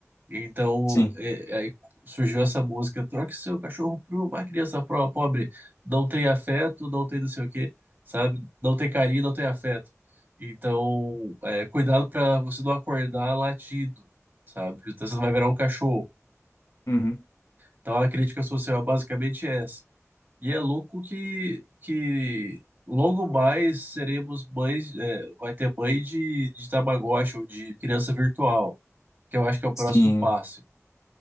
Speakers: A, on the right; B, on the left.
A: Então,
B: sim,
A: é- aí surgiu essa música, troque seu cachorro por uma criança pro- pobre, não tem afeto, não tem não sei o quê, sabe? Não tem carinho, não tem afeto. Então, é, cuidado para você não acordar latido, sabe? Então, você não vai virar um cachorro.
B: uhum,
A: Então, a crítica social é basicamente é essa. E é louco que, que logo mais seremos mães, é, vai ter mãe de, de Tamagotchi ou de criança virtual, que eu acho que é o
B: sim,
A: próximo passo.